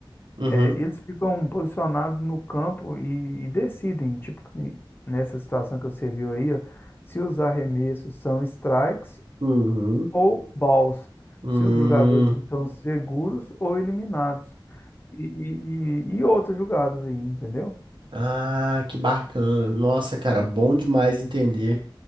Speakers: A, on the right; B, on the left.
A: Uhum.
B: É, eles ficam posicionados no campo e, e decidem, tipo, que nessa situação que você viu aí, ó, se os arremessos são strikes
A: Uhum.
B: ou balls,
A: Uhum.
B: se os jogadores estão seguros ou eliminados, e, e, e- e outras jogadas aí, entendeu?
A: Ah, que bacana. Nossa, cara, bom demais entender.